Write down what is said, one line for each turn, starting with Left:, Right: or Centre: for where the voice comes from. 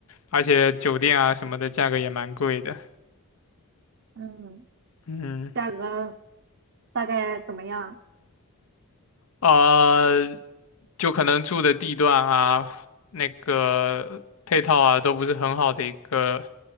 Left: 而且酒店啊什么的价格也蛮贵的。
Right: 嗯，
Left: 嗯，
Right: 价格大概怎么样？
Left: 呃，就可能住的地段啊，那个配套啊都不是很好的一个